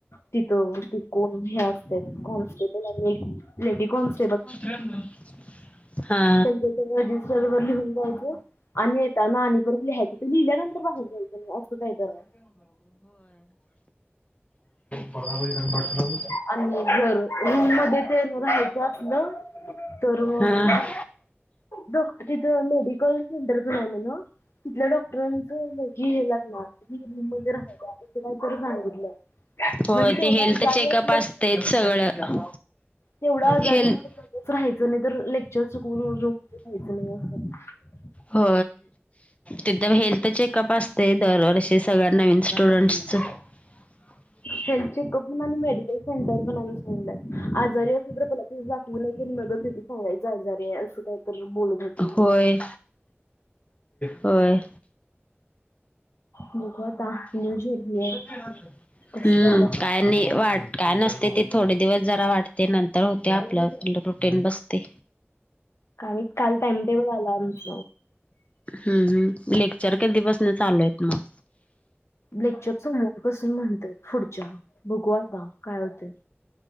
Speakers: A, on the left (about 85°); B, on the left (about 30°).
A: तिथं त कोण हे असत कॉन्स्टेबल आणि एक लेडी कॉनस्टेबल
B: <unintelligible> हा
A: त्यांच्याजवळ रजिस्टर वर लिहून जायचं. आणि येताना आणि परत लिहायचं ते लिहिल्यानंतर बाहेर जायचं नाही असं काही तर आहे.
B: होय <unintelligible>
A: आणि जर रूम मध्ये तेन रहायचं अस ना तर मग
B: हा.
A: डॉक्टर तिथ लेडी सेंटर मिळालेल तिथल्या डॉक्टर की हे लागणारी रूम मध्ये राहाला असं काहीतरी सांगितलं
B: होय
A: म्हणजे तेवढ्या
B: ते हेल्थ चेकअप
A: जा
B: असतेच सगळं
A: तेवढा आजारी
B: हेल्थ
A: असेल तरच राहायचं नाही तर लेक्चर चुकवून रूम वर रहायचं नाही असं
B: हो तिथं हेल्थ चेकअप असते दरवर्षी सगळ्या नवीन स्टुडंट्सच <inaudible>
A: हेल्थ चेकअप पण आणि मेडिकल सेंटर पण सांग आजारी असल तर पहिला ते दाखवून यायचं मगच तिथे सांगायच आजार आहे असं काय तर बोलत होते
B: होय होय
A: बघू आता न्यू जर्नी आहे
B: हम्म
A: कसं जातं
B: काय नाही वाट काय नसते ते थोडे दिवस जरा वाटते नंतर होते आपलं रुटीन बसतय
A: आणि काल टाइमटेबल आला आमच
B: हम्म लेक्चर कलीपसून चालूय आहेत मग
A: लेक्चर समोर बसून म्हणतय पुढच्या बघूवा का काय होते